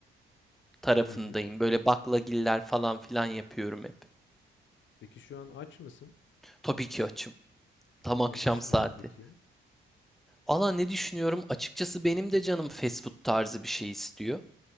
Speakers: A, in the centre; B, on the left.
A: tarafındayım.
B: Hı hı.
A: Böyle baklagiller falan filan yapıyorum hep.
B: Peki şu an aç mısın?
A: Tabii ki açım. Tam akşam
B: Ne düşünüyorsun
A: saati.
B: peki?
A: Valla ne düşünüyorum? Açıkçası benim de canım fast food tarzı bir şey istiyor.